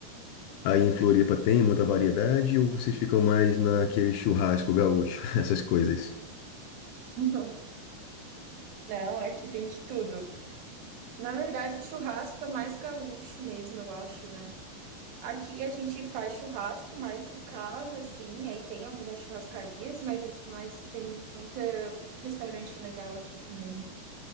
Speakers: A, on the left; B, on the right.
A: Aí em Floripa tem muita variedade ou vocês ficam mais naquele churrasco gaúcho, <laughs> essas coisas?
B: <laughs> Não, aqui tem de tudo. Na verdade, o churrasco é mais gaúcho mesmo, eu acho, né? Aqui a gente faz churrasco mais em casa, assim, aí tem algumas churrascarias, mas, mas tem muita, muito restaurante legal aqui também.